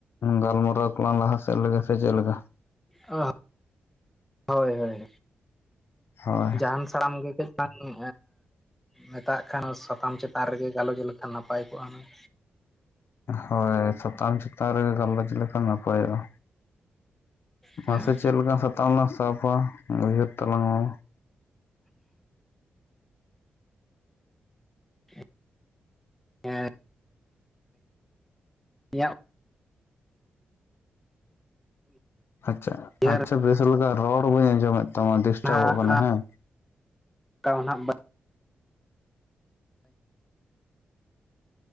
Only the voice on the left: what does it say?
ᱜᱟᱞᱢᱟᱨᱟᱣ ᱠᱚᱞᱟᱝ ᱞᱟᱦᱟ ᱥᱮᱫ ᱥᱮ ᱪᱮᱫ ᱞᱮᱠᱟ?
ᱦᱳᱭ
ᱦᱳᱭ ᱥᱟᱛᱟᱢ ᱪᱮᱛᱟᱱ ᱨᱮᱜᱮ ᱜᱟᱞᱚᱪ ᱞᱮ ᱠᱷᱟᱱ ᱱᱟᱯᱟᱭᱚᱜᱼᱟ᱾
ᱢᱟᱥᱮ- ᱪᱮᱫ ᱞᱮᱠᱟᱱ ᱥᱟᱛᱟᱢ ᱞᱟᱝ ᱥᱟᱵᱟ ᱩᱭᱦᱟᱹᱨ ᱛᱟᱞᱟᱝ ᱢᱮ᱾
ᱟᱪᱪᱷᱟ,
ᱟᱪᱪᱷᱟ ᱵᱮᱥ ᱞᱮᱠᱟ ᱨᱚᱲ ᱵᱟᱹᱧ ᱟᱸᱡᱚᱢᱮᱫ ᱛᱟᱢᱟ ᱰᱤᱥᱴᱟᱵᱚᱜ
ᱠᱟᱱᱟ ᱦᱮᱸ᱾